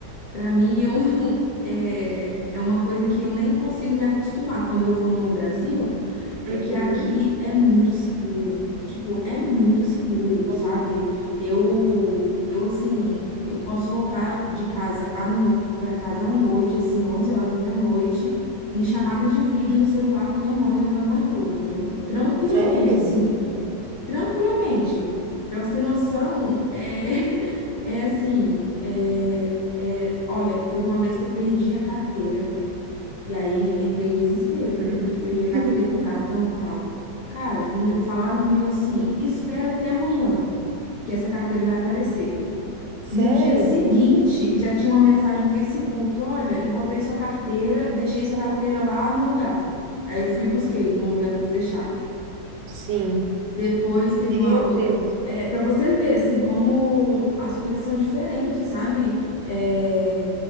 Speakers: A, on the left; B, on the right.
A: para mim, eu, <laughs> é, é uma coisa que eu nem consigo me acostumar. Quando eu vou no Brasil, é
B: Uhum.
A: que aqui é muito seguro. Tipo, é muito seguro,
B: Não.
A: sabe? Eu, eu assim, eu posso voltar de casa à no... para casa à noite, assim, 11 horas, meia-noite, em chamada de vídeo no celular com minha mãe andando na rua, entendeu? Tranquilamente,
B: Sério?
A: assim tranquilamente. Para você ter noção, é, <laughs> é assim, é, é, olha, teve uma vez que eu perdi a carteira e aí entrei em desespero.
B: Uhum.
A: Meu Deus, perdi a carteira
B: <laughs>
A: com cartão e tal. Cara, no- falaram comigo assim: espera até amanhã, que essa carteira vai aparecer.
B: Sério?
A: No dia seguinte, já tinha uma mensagem no Facebook: olha, encontrei sua carteira, deixei
B: Nossa.
A: sua carteira lá no lugar. Aí eu fui e busquei no lugar que eles deixaram.
B: Sim.
A: Depois teve
B: Meu
A: uma outra.
B: Deus.
A: É, para você ver, assim, como as coisas são diferentes, sabe? É,